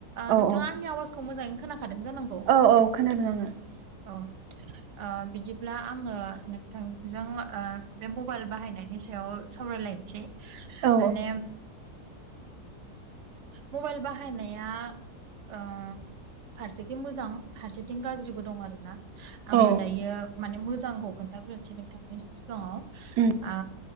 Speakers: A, on the right (about 85°); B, on the right (about 65°).
A: औ
B: नोंथाङा
A: औ
B: आंनि आवाजखौ मोजाङै खोनाखादों जानांगौ।
A: औ औ खोनादों आङो
B: औ-औ।
A: <inaudible>
B: ओ बिदिब्ला आङो नोंथांजों ओ बे मबाइल बाहायनायनि सायाव सावरायलायनोसै।
A: औ
B: माने मबाइल बाहायनाया ओ फारसेथिं मोजां फारसेथिं गाज्रिबो दं आरो ना। आङो
A: औ
B: दायो माने मोजांखौ खोन्थाग्रोनोसै नोंथांनि सिगाङाव।
A: उम
B: आ